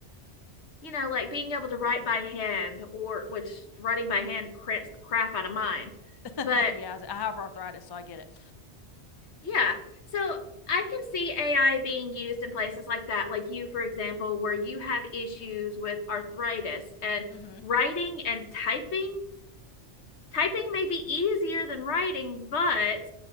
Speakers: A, on the left; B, on the left.
A: You know, like being able to write by hand, or which writing by hand cramps the crap out of mine.
B: <laughs>
A: But
B: Yeah, I have arthritis, so I get it.
A: Yeah. So I can see AI being used in places like that, like you, for example, where you have issues with arthritis and
B: hmm
A: writing and typing. Typing may be easier than writing, but